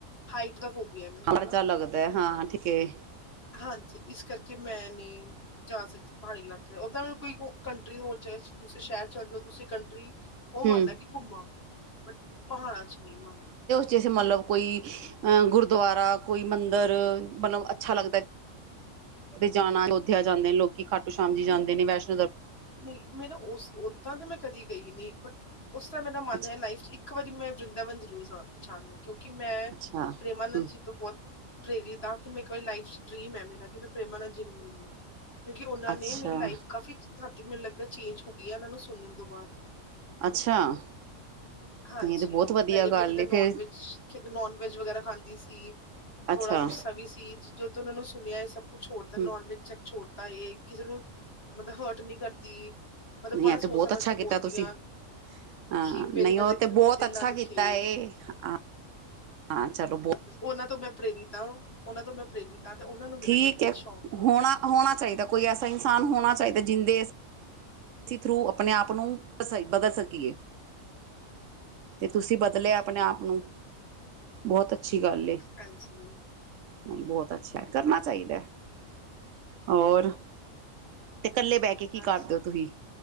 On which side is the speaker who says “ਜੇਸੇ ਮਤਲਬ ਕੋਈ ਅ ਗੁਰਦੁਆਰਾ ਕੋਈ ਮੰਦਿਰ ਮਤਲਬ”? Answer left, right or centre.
Right